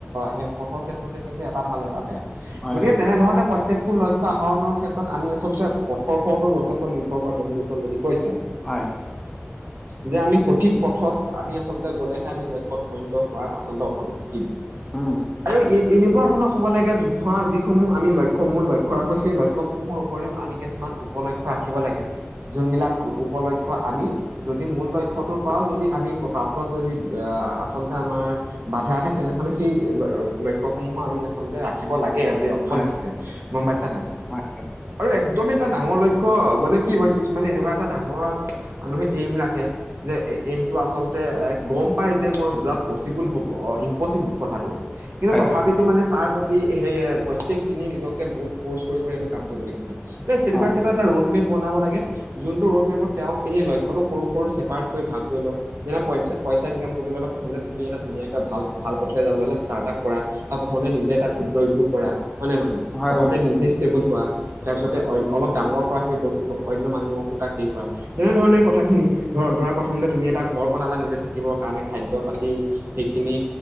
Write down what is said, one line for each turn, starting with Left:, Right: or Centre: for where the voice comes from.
Right: সেই পথৰ ক্ষেত্ৰতে কিন্তু এটা ভাল এটা বেয়া।
Centre: হয়
Right: গতিকে
Centre: হয়
Right: তেনেধৰণে প্ৰত্যেক লক্ষ্য আহৰণৰ ক্ষেত্ৰত আমি আচলতে পথৰ উপৰতো যথেষ্ট নিৰ্ভৰ কৰা তুমি যোনটো কৈছা।
Centre: হ'য়।
Right: যে আমি সঠিক পথত আমি আচলতে গ'লেহে আমি লক্ষ্যত উপনীত হোৱাৰ আচলতে অৰ্থটো থাকিব।
Centre: উম
Right: আৰু এ এনেকুৱা ধৰণৰ হ'ব লাগে ধৰা যিসমূহ আমি ল সমূহ লক্ষ্য ৰাখো সেই লক্ষ্যসমূহৰ উপৰিও আমি কিছুমান উপলক্ষ্য ৰাখিব লাগে। যোনবিলাক উপলক্ষ্য আমি যদি মূল লক্ষ্যটোৰ পৰাও যদি আমি প্ৰাপ্তত যদি আহ আচল তা আমাৰ বাধা আহে তেনেহলে সেই ল লক্ষ্যসমূহো আমি আচলতে ৰাখিব লাগে আজি ফোন
Centre: হয়
Right: হিচাপে গম পাইছা নাই।
Centre: হয়
Right: আৰু একদমেই এটা ডাঙৰ লক্ষ্য মানে কি হয় কিছুমানে এনেকুৱা এটা ডাঙৰ মানুহে এইম ৰাখে যে এইমটো আচলতে এ গম পাই যে মই যাত পচিবল হ'ব ইমপচিবল কথাটো কিন্তু
Centre: হয়
Right: তথাপিতো
Centre: হয়
Right: মানে তাৰ প্ৰতি সেই প্ৰত্যেক দিনে নিজকে বহুত ফ'ৰ্চ কৰি - কৰি এইটো কাম কৰিবলগীয়া হ'য় মানে তেনেকুৱা
Centre: হয় হয়
Right: ক্ষেত্ৰত এটা ৰোড মেপ বনাব লাগে যোনটো ৰোডমেপত তেওঁ এই লক্ষ্যতো সৰু- সৰু ছেপাৰেট কৰি ভাগ কৰি লওক, যেনে পইচা পইচা ইনকাম কৰিবলৈ হ'লে প্ৰথমতে তুমি এটা ধুনীয়াকৈ ভাল - ভাল পথে যাবলৈ হ'লে ষ্টাৰ্টআপ কৰা বা প্ৰথমতে নিজে এটা ক্ষুদ্ৰ উদ্যোগ কৰা হ'য় নে নহ'য়?
Centre: হয় হয়
Right: প্ৰথমতে নিজে ষ্টেবল হোৱা তাৰপিছতে অলপ ডাঙৰ কৰা সেই বস্তুটো অন্য মানুহকো তাক হেৰি কৰা তেনেধৰণে কথাখিনি ধৰ ধৰা প্ৰথমতে তুমি এটা ঘৰ বনালা নিজে থাকিবৰ কাৰণে খাদ্য পাতি সেইখিনি